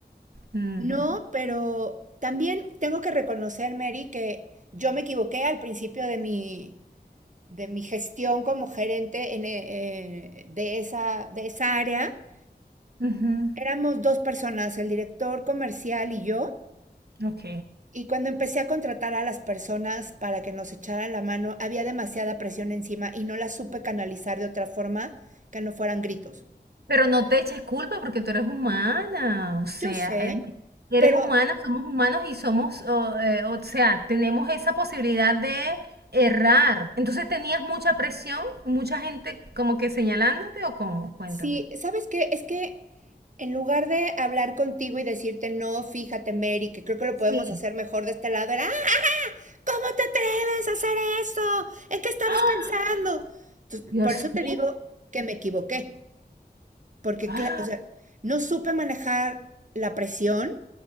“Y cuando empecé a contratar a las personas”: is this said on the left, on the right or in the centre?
Right